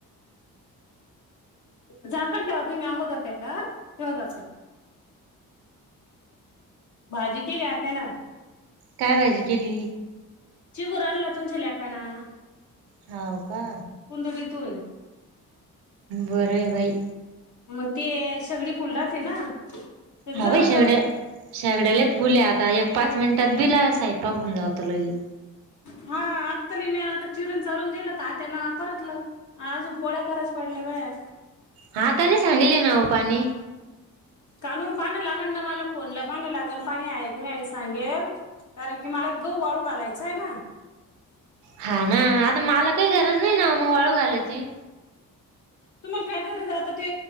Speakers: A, on the left; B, on the right.
A: झाकण ठेवा तुम्ही अगोदर त्याच्यावर, ठेवा झाकण. भाजी केली आत्त्या नं.
B: काय भाजी केली?
A: चिबुर आणला तुमच्या लेकानं.
B: हाव का?
A: कुंदोडीतून
B: बर ये बाई.
A: मंग ते सेगडी फुल राहती ना
B: हा
A: जळत
B: बाई शेगड्या, शेगड्या लैय फुलं ये आता, एक- पाच मिनिटात बि ला स्वयंपाक होऊन जातो लगी.
A: हा आत्ता ले मी आता चिरून चाळुन दिलं त आत्त्या नं परतलं. अजून पोळ्या करायच्या पडल्या बाया.
B: हा आता नाही सांगेल ये नावो पाणी
A: काणू पानं लागल ना मला फोनला पानं लागल, पाणी हाये का नाही हाये सांगेल. कारण की मला गहू वाळू घालायचा आहे ना.
B: हा ना आता मला काही गरज नाही ना म वाळू घालायची?
A: तुम्हाला काय गरज ये आता ते